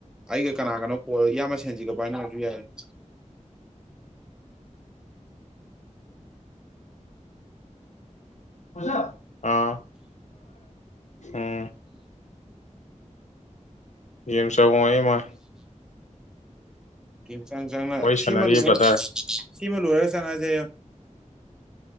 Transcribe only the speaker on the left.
ꯎꯝ ꯑꯥ ꯎꯝ ꯌꯦꯦꯝ ꯇꯧꯕ ꯏꯃ
ꯁꯥꯟꯅꯔꯤꯌꯦ
ꯕ꯭ꯔꯗꯔ